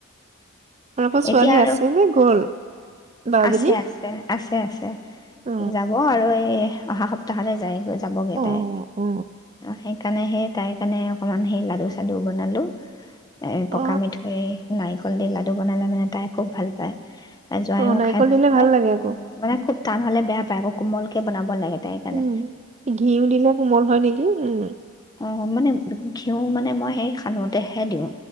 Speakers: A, on the right (about 30°); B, on the left (about 20°).
A: আপোনালোকৰ ছোৱালী
B: এতিয়া আৰু
A: আছে নে গ'ল বা
B: আছে
A: জনী
B: আছে আছে আছে
A: অ
B: যাব আৰু এই অহা সপ্তাহলৈ যায় গৈ যাবগৈ
A: অ
B: তাই
A: অ
B: সেইকাৰ কাৰণে সেই তাই কাৰণে অকমান সেই লাডু চাডু বনালো এ পকা
A: অ
B: মিঠৈ নাৰিকল দি লাডু টো বনালে মানে তাই খুব ভাল পায় তাইৰ জোৱায়েও
A: অ নাৰিকল
B: খাই ভাল
A: দিলে
B: পায়
A: লাগে আকৌ
B: অ অ মানে খুব টান হ'লে বেয়া পায় ক কোমলকে বনাব লাগে তাইৰকাৰণে
A: উম ঘিউ দিলে কোমল হয় নেকি উম
B: মই মানে ঘিউ মানে মই সেই সানোতেহে দিওঁ